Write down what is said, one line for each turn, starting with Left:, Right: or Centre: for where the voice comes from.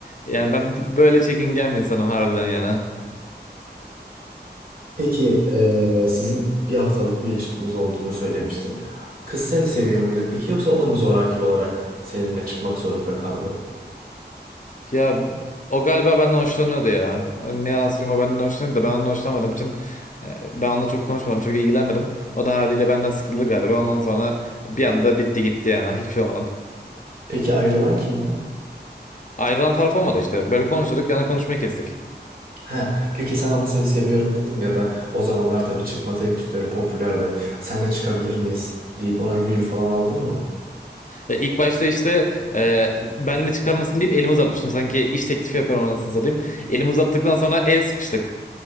Left: yani ben bu- böyle çekingen bir insanım harbiden yani.
Right: Peki eee, sizin bir haftalık bir ilişkiniz olduğunu söylemiştin. Kız seni seviyor muydu peki yoksa o da mı zoraki olarak seninle çıkmak zorunda kaldı?
Left: Ya o galiba benden hoşlanıyordu ya. Ne yalan söyleyeyim o benden hoşlanıyordu da ben onunla hoşlanmadığım için e, ben onunla çok konuşmadım çok ilgilenmedim. O da haliyle benden sıkıldı galiba. Ondan sonra bir anda bitti gitti yani hiçbir şey olmadan.
Right: Peki ayrılan kimdi?
Left: Ayrılan taraf olmadı işte. Böyle konuşuyorduk bir anda konuşmayı kestik.
Right: Ha, peki sen ona seni seviyorum dedim ya da o zamanlar tabii çıkma teklifleri popülerdi. Senle çıkabilir miyiz deyip ona gül falan aldın mı?
Left: E, İlk başta işte e, benle çıkar mısın deyip elimi uzatmıştım. Sanki iş teklifi yapıyorum anasını satayım. Elimi uzattıktan sonra el sıkıştık.